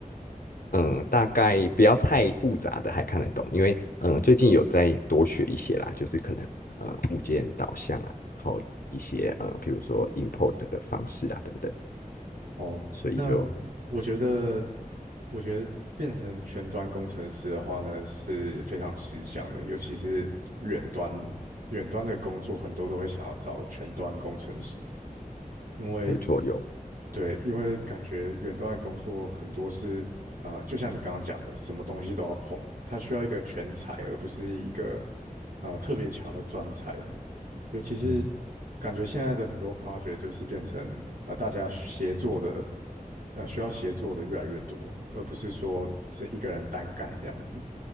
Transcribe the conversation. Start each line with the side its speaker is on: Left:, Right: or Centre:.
Left: 嗯，大概不要太复杂的还看得懂，因为嗯最近有在多学一些啦，就是可能呃物件导向啊，然后一些呃比如说 import 的方式啊等等，
Right: 哦，
Left: 所以就
Right: 那我觉得，我觉得变成全端工程师的话呢，是非常吃香的，尤其是远端远端的工作，很多都会想要找全端工程师，因为
Left: 没错有
Right: 对，因为感觉远端的工作很多是。呃，就像你刚刚讲的，什么东西都要碰，它需要一个全才，而不是一个呃特别强的专才。尤其是
Left: 嗯。
Right: 感觉现在的很多 project 就是变成呃大家协作的，呃需要协作的越来越多，而不是说是一个人单干这样子。